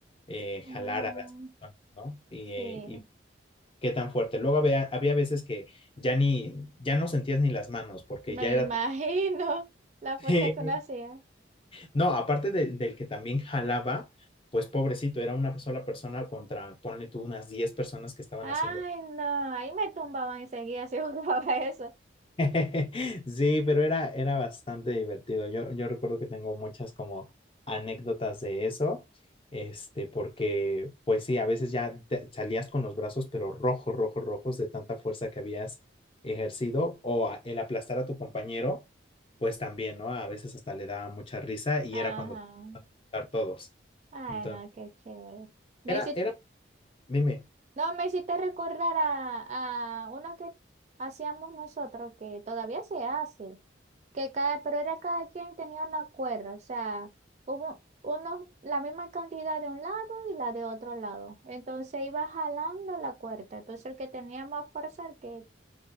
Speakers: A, on the left; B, on the right.
A: eh,
B: Mm,
A: jalar a las personas, ¿no? Y, eh,
B: sí,
A: y qué tan fuerte. Luego había, había veces que ya ni, ya no sentías ni las manos porque
B: me
A: ya era...
B: imagino <laughs> la fuerza
A: <laughs>
B: que uno hacía.
A: No, aparte del del que también jalaba, pues pobrecito, era una sola persona contra, ponle tú, unas 10 personas que estaban
B: Ay,
A: haciendo
B: no, ahí me tumbaban enseguida si <laughs> jugaba eso.
A: <laughs> Sí, pero era, era bastante divertido. Yo, yo recuerdo que tengo muchas como anécdotas de eso, este, porque pues sí, a veces ya te- salías con los brazos, pero rojos, rojos, rojos de tanta fuerza que habías ejercido o a- el aplastar a tu compañero, pues también, ¿no? A veces hasta le daba mucha risa y
B: Ajá.
A: era cuando estar todos.
B: Ay,
A: Entonces,
B: no, qué chévere. Me
A: era,
B: hiciste
A: era, dime,
B: No, me hiciste recordar a, a uno que hacíamos nosotros, que todavía se hace, que cada, pero era cada quien tenía una cuerda, o sea, hubo unos, la misma cantidad de un lado y la de otro lado. Entonces iba jalando la cuerda. Entonces el que tenía más fuerza, el que